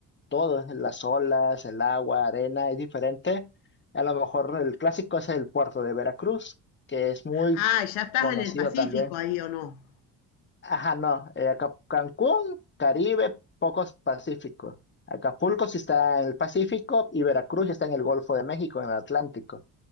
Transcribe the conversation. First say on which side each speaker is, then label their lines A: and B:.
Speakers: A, on the left; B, on the left.
A: todo, las olas, el agua, arena, es diferente. A lo mejor el clásico es el puerto de Veracruz, que es muy
B: Ah, ya estás
A: conocido
B: en el Pacífico
A: también.
B: ahí o no.
A: Ajá, no. eh, Aca- Cancún, Caribe, pocos Pacífico. Acapulco sí está en el Pacífico y Veracruz ya está en el Golfo de México, en el Atlántico.